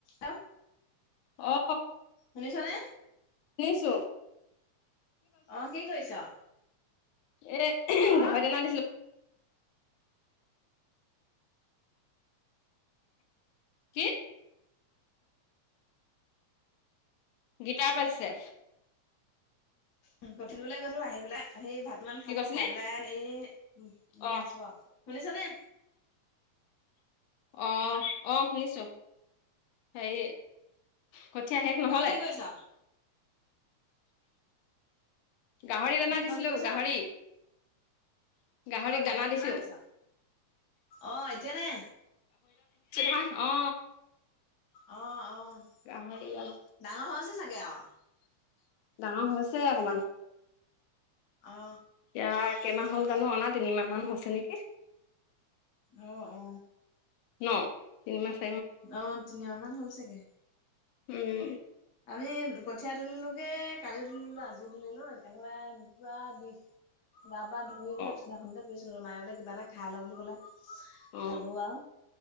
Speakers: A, on the left; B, on the left.
A: আহ।
B: আহ।
A: শুনিছ নে।
B: শুনিছোঁ।
A: অ কি কৰিছ।
B: এ
A: অ
B: গাহৰি দানা দিছিলোঁ। কি? গিটাৰ পাইছে।
A: উ গধূলো ওলায় গ'লো আহি পেলা। সেই ভাত মান খালোঁ
B: কি কৈছিলি
A: খাই পেলাই এই এনেই
B: অ
A: আছোঁ আৰু শুনিছ নে।
B: অ অ শুনিছোঁ। হেই কঠীয়া শেষ নহ'লে।
A: তই কি কৰিছ?
B: গাহৰি দানা
A: তই
B: দিছিলো
A: কি কৰিছ?
B: গাহৰি। গাহৰিক
A: অ গাহৰি
B: দিছো
A: দানা দিছ অ এতিয়ানে।
B: হা অ
A: অ আহ
B: গাহৰি দানা
A: ডাঙৰ হৈ হৈছে চাগে অ।
B: ডাঙৰ হৈছে অকমান।
A: অ
B: এতিয়া কেইমাহ হল জানো অনা তিনিমাহ মান হৈছে নেকি।
A: অ অ।
B: ন তিমীমাছ।
A: অ তিনিমাহ মান হ'ল চাগে।
B: উম।
A: আমি কঠীয়া তুলিলোগে কালিও তুলিলো আজিও তুলিলো একেবাৰে পুৰা বিষ। গা পা ধুই বোলে
B: অ
A: বিছনাখনতে কৰিছিলো মায়ে বোলে কিবা এটা খাই লওঁ বুলি ক'লে।
B: অ
A: খালো আৰু